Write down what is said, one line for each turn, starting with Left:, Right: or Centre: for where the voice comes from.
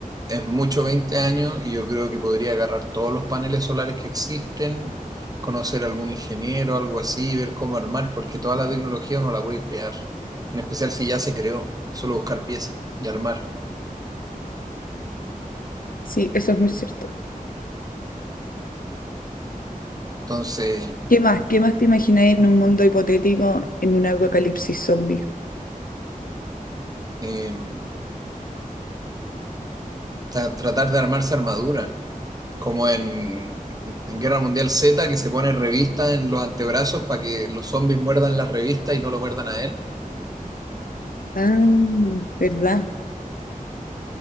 Right: es mucho 20 años y yo creo que podría agarrar todos los paneles solares que existen, conocer a algún ingeniero, algo así, ver cómo armar, porque toda la tecnología no la puede crear. En especial si ya se creó, solo buscar piezas y armar.
Left: Sí, eso es muy cierto.
Right: Entonces,
Left: ¿Qué más? ¿Qué más te imagináis en un mundo hipotético en un apocalipsis zombie?
Right: em, tra- tratar de armarse armadura. Como en, en Guerra Mundial Z, que se pone revista en los antebrazos para que los zombies muerdan la revista y no lo muerdan a él.
Left: Ah, ¿verdad?